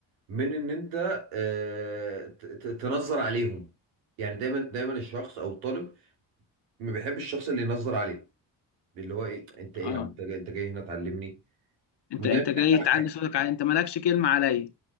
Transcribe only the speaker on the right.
من ان انت آه، ت- ت- تنظر عليهم يعني دايما دايما الشخص او الطالب ما بيحبش الشخص اللي ينظر عليه اللي هو ايه انت ايه
يا عم انت جاي انت جاي هنا تعلمني
ودايما
احنا